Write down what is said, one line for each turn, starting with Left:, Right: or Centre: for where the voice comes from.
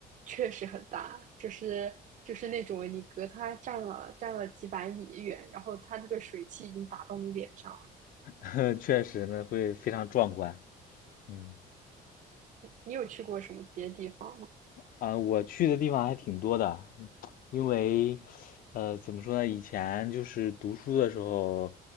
Right: 确实很大，就是就是那种你隔它站了站了几百米远，然后它那个水汽已经打到你脸上了。
Left: <laughs> 确实呢，会非常壮观。嗯，
Right: 你有去过什么别的地方吗？
Left: 啊，我去的地方还挺多的，因为，呃，怎么说呢？以前就是读书的时候，